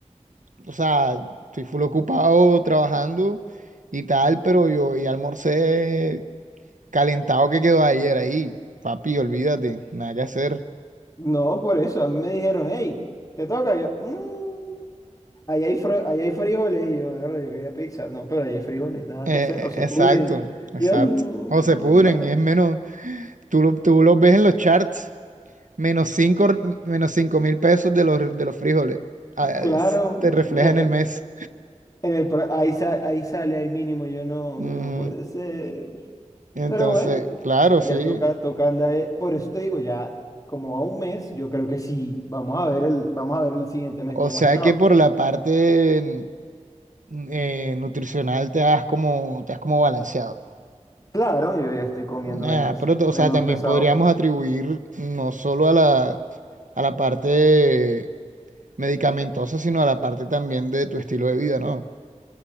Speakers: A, on the right; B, on the left.
A: o sea, estoy full ocupado trabajando y tal, pero yo y almorcé calentado que quedó ayer ahí. Papi, olvídate, nada que hacer.
B: No, por eso, a mí me dijeron, hey, te toca, yo, "Mm, ahí hay, fro- ahí hay frijoles, y yo, "Mierda, yo quería pizza, no, pero ahí hay frijoles, nada
A: Eh,
B: que hacer, o se
A: eh, exacto,
B: pudren.
A: exacto.
B: Y yo, "Mm,
A: O se pudren
B: bueno,
A: y es menos, tú, lo- tú los ves en los charts, menos 5 menos cinco mil pesos de los, de los frijoles. Ah, es-
B: claro,
A: te refleja
B: eh,
A: en el mes.
B: eh, en el, pro- ahí, sa- ahí sale, ahí mínimo, yo no, hombre,
A: Ujú.
B: no puede ser.
A: Entonces,
B: Pero bueno,
A: claro, sí.
B: ya toca, toca andar, eh, por eso te digo, ya como a un mes, yo creo que sí, vamos a ver el, vamos a ver el siguiente mes
A: O
B: cómo
A: sea
B: ha estado.
A: que por la parte mm, eh, nutricional te has como, te has como balanceado.
B: Claro, yo ya estoy comiendo
A: Ah,
B: menos,
A: pero,
B: menos
A: o sea, también
B: pesado.
A: podríamos atribuir no solo a la, a la parte medicamentosa, sino a la parte también de tu estilo de vida, ¿no?